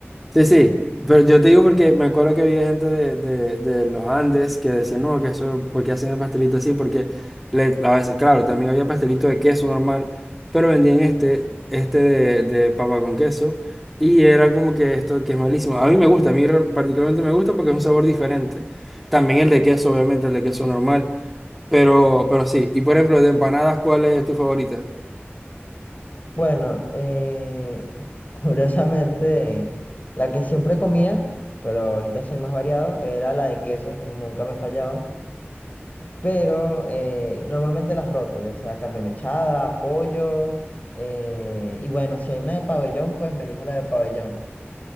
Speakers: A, in the centre; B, on the left.
A: Sí, sí, pero yo te digo porque me acuerdo que había gente de, de- de los Andes que decían, no, que eso, ¿por qué hacen el pastelito así? Porque le- a veces, claro, también había pastelito de queso normal, pero vendían este, este de, de papa con queso, y era como que esto que es malísimo. A mí me gusta, a mí re- particularmente me gusta porque es un sabor diferente. También el de queso, obviamente, el de queso normal, pero, pero sí. Y por ejemplo, de empanadas, ¿cuál es tu favorita?
B: Bueno, eh, <laughs> curiosamente, la que siempre comía, pero ahorita soy más variado, era la de queso, nu- nunca me fallaba. pero eh, normalmente las roto, ya sea carne mechada, pollo, eh, y bueno, si hay una de pabellón, pues me elijo la de pabellón.